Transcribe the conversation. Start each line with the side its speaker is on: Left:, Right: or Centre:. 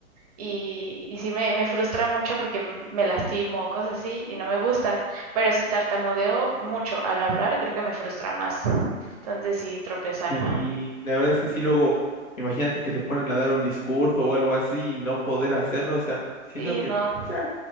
Right: Y, y sí me, me frustra mucho porque m- me lastimo, cosas así, y no me gusta. Pero si tartamudeo mucho al hablar, creo que me frustra más. Entonces sí, tropezar.
Left: Sí, la verdad es que sí, luego, imagínate que te ponen a dar un discurso o algo así y no poder hacerlo, o sea, siento
Right: Sí,
Left: que
Right: no.
Left: pues ya,